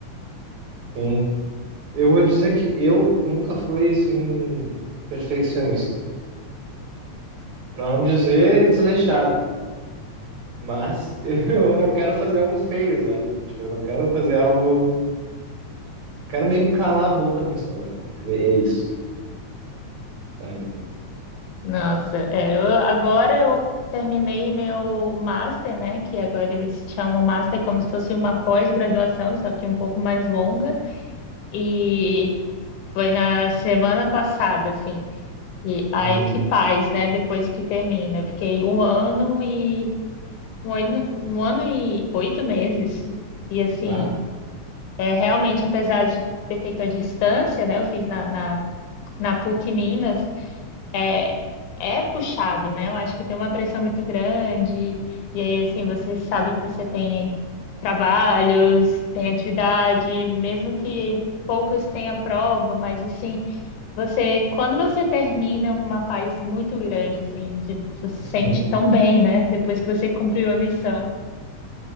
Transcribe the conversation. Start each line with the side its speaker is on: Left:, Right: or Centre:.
Right: Sim. Eu vou dizer que eu nunca fui assim perfeccionista, para não dizer desleixado, mas <laughs> eu não quero fazer algo feio, sabe? Tipo, Eu não quero fazer algo, quero meio que calar a boca dos meus colegas. É é isso, sabe?
Left: Nossa, é, eu- agora eu terminei meu master, né? Que agora eles chamam master como se fosse uma pós-graduação, só que um pouco mais longa. E foi na semana passada, assim. E aí
Right: Uhum.
Left: que paz, né? Depois que termina. Eu fiquei um ano e um ano, um ano e oito meses. E assim,
Right: Tá?
Left: é realmente, apesar de ter feito à distância, né? Eu fiz na, na, na PUC Minas. É, é puxado, né? Eu acho que tem uma pressão muito grande. E aí, assim, você sabe que você tem trabalhos, tem atividade, mesmo que poucos tenham prova, mas assim, você, quando você termina, é uma paz muito grande, assim, de, você se
Right: <laughs>
Left: sente tão bem, né? Depois que você cumpriu a missão.